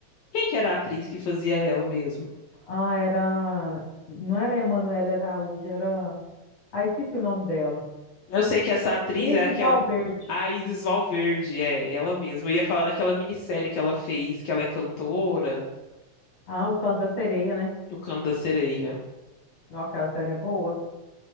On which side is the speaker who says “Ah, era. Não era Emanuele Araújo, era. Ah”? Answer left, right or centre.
Left